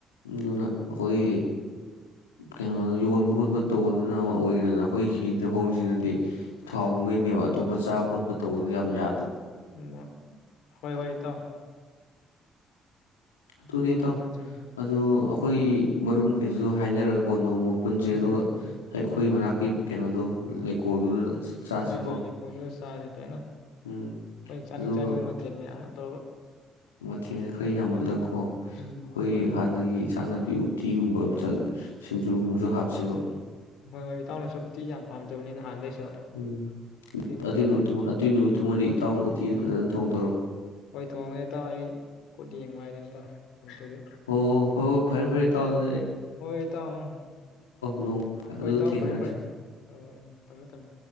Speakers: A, on the left; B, on the left.
A: ꯑꯗꯨꯅ ꯑꯩꯈꯣꯏꯒꯤ ꯀꯩꯅꯣ ꯌꯣꯟꯕ ꯈꯣꯠꯄ ꯇꯧꯕꯗꯨꯅ ꯑꯃ ꯑꯣꯏꯒ꯭ꯔꯦꯗꯅ ꯑꯩꯈꯣꯏꯒꯤ ꯁꯤꯗ ꯍꯧꯔꯤꯁꯤꯅꯗꯤ ꯊꯥꯎꯒꯨꯝꯕꯩꯅꯦꯕ ꯑꯇꯣꯞꯄ ꯆꯥꯕ ꯈꯣꯠꯄ ꯇꯧꯕꯗꯨꯗꯤ ꯌꯥꯝ ꯌꯥ
B: <unintelligible> ꯏꯇꯥꯎ
A: ꯑꯗꯨꯅꯤ ꯏꯇꯥꯎ
B: ꯆꯨꯝꯃꯤ ꯆꯨꯝꯃꯤ
A: ꯑꯗꯣ ꯑꯩꯈꯣꯏꯒꯤ ꯃꯔꯨꯞ ꯃꯈꯩꯁꯨ ꯍꯥꯏꯅꯔꯒ ꯀꯣ ꯅꯣꯡꯃ ꯄꯨꯟꯖꯦ
B: ꯎꯝ
A: ꯑꯗꯨꯒ ꯑꯩꯈꯣꯏꯒꯤ ꯃꯅꯥꯛꯀꯤ ꯀꯩꯅꯣꯗꯣ ꯂꯩꯀꯣꯜꯗꯨꯗ ꯆꯥꯁꯤꯀꯣ
B: ꯃꯥꯅꯦ ꯃꯥꯅꯦ ꯂꯩꯀꯣꯗꯨꯗ ꯆꯥꯖꯦ <unintelligible> ꯑꯩꯈꯣꯏꯅ
A: ꯎꯝ
B: ꯆꯥꯅꯤꯡ
A: ꯑꯗꯨꯒ
B: ꯆꯥꯅꯤꯡꯕ ꯃꯊꯦꯜ ꯃꯌꯥꯝ ꯑꯃ ꯇꯧꯔꯒ
A: <unintelligible> ꯈꯔ ꯌꯥꯝꯍꯂ ꯑꯣ
B: ꯎꯝ
A: ꯑꯩꯈꯣꯏꯒꯤ ꯍꯥ ꯑꯗꯒꯤ ꯏꯟꯁꯥꯡ ꯅꯥꯄꯤ ꯎꯇꯤꯒꯨꯝꯕ ꯁꯤꯡꯖꯨꯒꯨꯝꯕꯖꯨ ꯍꯥꯞꯁꯦꯕ
B: ꯍꯣꯏ ꯍꯣꯏ ꯏꯇꯥꯎꯅꯁꯨ ꯎꯇꯤ ꯌꯥꯝ ꯄꯥꯝꯖꯕꯅꯤ ꯍꯥꯟꯅꯗꯩꯁꯨ ꯑꯗꯣ
A: ꯎꯝ
B: ꯎꯇꯤꯗꯨ
A: ꯑꯗꯨ
B: ꯇꯧꯔꯒ
A: ꯅꯨꯃꯤꯠꯇꯨꯃ ꯑꯗꯨ ꯅꯨꯃꯤꯠꯇꯨꯃꯗꯤ ꯏꯇꯥꯎꯅ ꯎꯇꯤꯗꯨ ꯐꯖꯅ ꯊꯣꯡꯗꯔꯣ꯫
B: ꯍꯣꯏ ꯊꯣꯡꯒꯦ ꯏꯇꯥꯎ ꯑꯩ ꯈꯨꯠ ꯌꯦꯡꯕ ꯍꯥꯏꯗꯨꯅꯤ ꯏꯇꯥꯎ ꯅꯠꯇ꯭ꯔꯗꯤ
A: ꯑꯣ ꯍꯣ ꯐꯔꯦ ꯐꯔꯦ ꯏꯇꯥꯎ ꯑꯗꯨ
B: ꯍꯣꯏ ꯏꯇꯥꯎ ꯑꯡ
A: ꯅꯣꯡ ꯑꯗꯨ
B: ꯍꯣꯏ ꯏꯇꯥꯎ
A: ꯊꯦꯡꯅꯔꯁꯤ
B: ꯐꯔꯦ ꯐꯔꯦ ꯑꯣ ꯎꯝ ꯊꯝꯃꯦ ꯊꯝꯃꯦ꯫